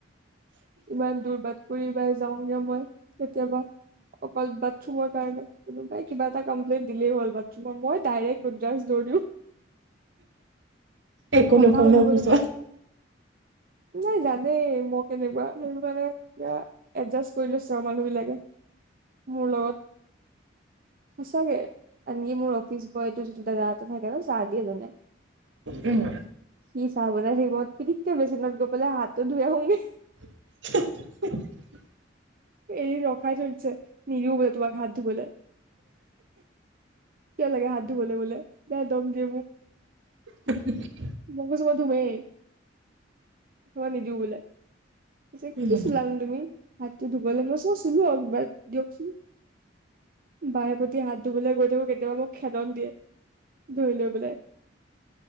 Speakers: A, on the right; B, on the right.
A: ইমান দূৰ বাট', ফুৰিবাই যাওঁগে মই কেতিয়াবা। অকল বাথৰুমৰ কাৰণে কোনোবাই কিবা এটা কমপ্লেইনট দিলেই হ'ল বাথৰুমৰ মই ডাইৰেক্ট ৰোদ্ৰাক্স দৌৰ দিওঁ,
B: একো
A: কথা
B: নকয়
A: শুনিবলৈ
B: ন অফিচত
A: নাই জানেই মই কেনেকুৱা সেইটো কাৰণে এতিয়া এডজাষ্ট কৰি লৈছে আৰু মানুহ বিলাকে মোৰ লগত সঁচাকে আনকি মোৰ অফিচ বয় যিটো <unintelligible> ত থাকে ন' চাহ দিয়ে যোনে,
B: উম
A: সি চাহ <unintelligible> পিৰিকে বেচনত গৈ পেলে হাতো ধুই আহোঁগে।
B: <unintelligible>
A: এদিন ৰখাই থৈ দিছে নিদিওঁ বোলে তোমাক হাত ধুবলে। কিয় লাগে হাত ধুবলৈ বোলে বেয়া দম দিয়ে মোক।
B: <unintelligible>
A: মই কৈছে মই ধুমেই। ধুব নিদিও বোলে পিছে
B: উম
A: কি চোলা নো তুমি হাতটো ধুবলৈ মই কৈছোঁ চ চোলো আৰু কিব দিয়কচোন। বাৰে পতি হাত ধুবলৈ গৈ থাকোঁ কেতিয়াবা মোক খেদন দিয়ে। ধৰি লৈ পেলাই,